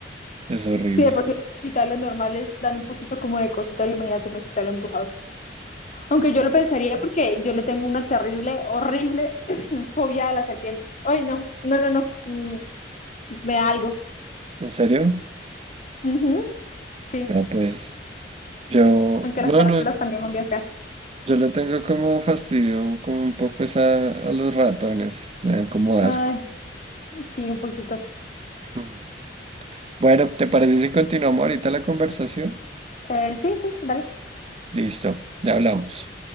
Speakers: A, on the right (about 35°); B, on the left (about 45°).
A: Es horrible.
B: Sí, de por sí los hospitales normales dan un poquito como de cosita, ahora imagínate un hospital embrujado. Aunque yo lo pensaría porque yo le tengo una terrible, horrible <clears throat> fobia a las serpientes. Ay, no, no, no, no. mm, Me da algo.
A: ¿En serio?
B: Ujú, sí,
A: No, pues yo,
B: aunque
A: bueno,
B: las tarántulas también son bien feas.
A: yo le tengo como fastidio, como un poco esa a los ratones. Me dan como asco.
B: Ay, sí, un poquito.
A: Mm. Bueno, ¿te parece si continuamos ahorita la conversación?
B: Eh, sí, sí, dale.
A: Listo, ya hablamos.